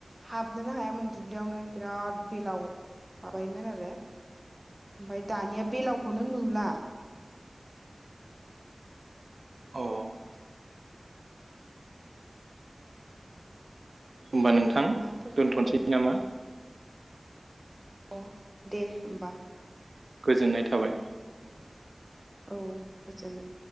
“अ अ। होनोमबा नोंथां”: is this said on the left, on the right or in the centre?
Right